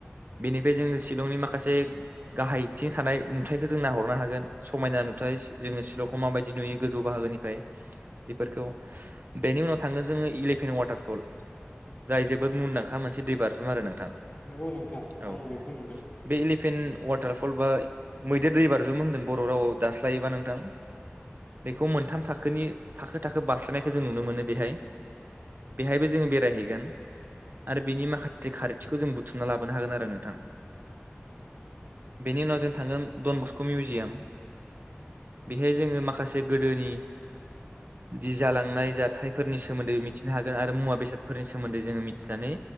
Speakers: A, on the right; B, on the left.
A: बेनिफ्राय जोङो सिलंनि माखासे गाहायथिं थानाय नुथाइ खौ जों नइहरनो हागोन। समायना नुथाइ जोङो शिलंखौ माबायदि नुयो गोजौ बाहागोनिफ्राय बेफोरखौ बेनि उनाव थाङो जोङो इलेभेन वाटारफल जाय जोबोद मुंदांखा मोनसे दै बाज्रुम आरो नोंथां
B: नंगौ नोंथां
A: औ
B: आं बयखौ नुदों
A: बे इलेभेन वाटारफल बा मै जे दै बाज्रुम होनदों। बर' रावआव दानास्लायोबा नोंथां बेखौ मोनथाम थाखोनि थाखो थाखो बारास्लायनायखौ जों नुनो मोनो बेहाय बेहायबो जोङो बेरायहैगोन आरो बेनि माखासे खारथिखौ जों बुथुमना लाबोनो हागोन आरो नोंथां। बेनि उनाव जों थांगोन डन बस्क मिउजियाम बेहाय जोङो माखासे गोदोनि दि जालांनाय जाथायफोरनि सोमोन्दै मिथिनो हागोन आरो मुवा बेसादफोरनि सोमोन्दै जोङो मिथिनानै